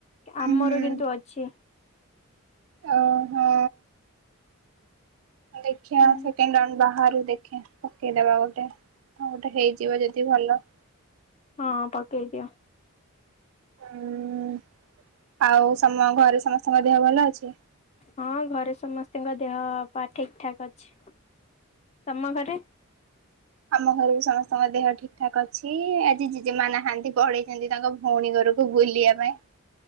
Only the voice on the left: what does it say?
ଆମର
କିନ୍ତୁ ଅଛି।
ହୁଁ
ହଁ ପକେଇଦିଅ।
ହଁ ଘରେ ସମସ୍ତଙ୍କ ଦେହ ପା ଠିକ ଠାକ୍ ଅଛି। ତମ ଘରେ?